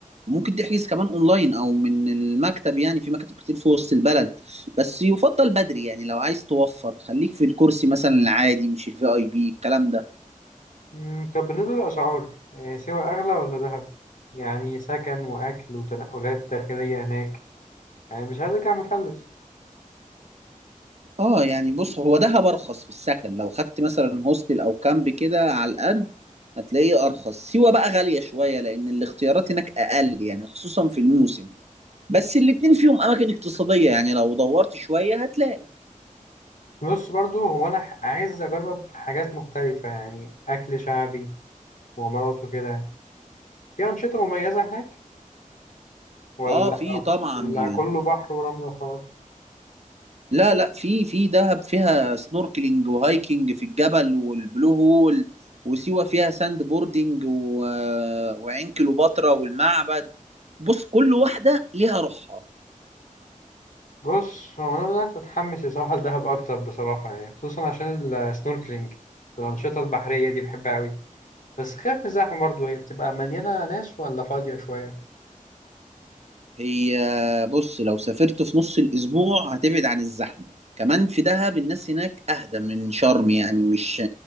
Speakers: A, on the right; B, on the left.
A: وممكن تحجز كمان أونلاين أو من المكتب يعني في مكاتب كتير في وسط البلد بس يفضل بدري يعني لو عايز توفر خليك في الكرسي مثلا العادي مش الفي أي بي الكلام ده
B: مم، طب بالنسبة للأسعار آه، سوا أغلى ولا دهب يعني سكن وأكل وتنقلات داخلية هناك يعني مش هرجع مفلس
A: اه يعني بص هو دهب ارخص في السكن لو خدت مثلا هوستل او كامب كده على القد هتلاقيه ارخص سيوة بقى غالية شوية لان الاختيارات هناك اقل يعني خصوصا في الموسم بس الاتنين فيهم اماكن اقتصادية يعني لو دورت شوية هتلاقي
B: بص برضو هو أنا ح- عايز أجرب حاجات مختلفة يعني أكل شعبي مغامرات وكده في أنشطة مميزة هناك ولا
A: اه في طبعا
B: ولا
A: يعني.
B: كله بحر ورملة وخلاص
A: لا لا في في دهب فيها سنوركلينج وهايكنج في الجبل والبلو هول وسيوة فيها ساند بوردنج و... وعين كليوباترا والمعبد بص كل واحدة ليها روحها
B: بص هو أنا بدأت أتحمس الصراحة لدهب أكتر بصراحة يعني خصوصا عشان السنوركلينج والأنشطة البحرية دي بحبها أوي بس خايف من الزحمة برضه هي بتبقى مليانة ناس ولا فاضية شوية
A: هي بص لو سافرت في نص الأسبوع هتبعد عن الزحمة كمان في دهب الناس هناك أهدى من شرم يعني مش